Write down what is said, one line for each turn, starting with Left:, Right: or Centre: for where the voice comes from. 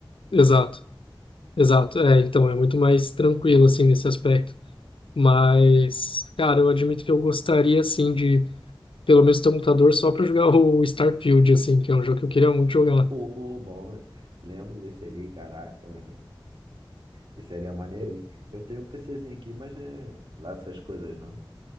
Left: exato. Exato, é, então é muito mais tranquilo assim nesse aspecto. Mas, cara, eu admito que eu gostaria assim de pelo menos ter um computador só para jogar <laughs> o Starfield assim, que é um jogo que eu queria muito
Right: <laughs>
Left: jogar.
Right: Boa, bom. Lembro desse aí, caraca, mano. Esse era maneirinho. Eu tenho um PCzinho aqui, mas né, lá essas coisas não.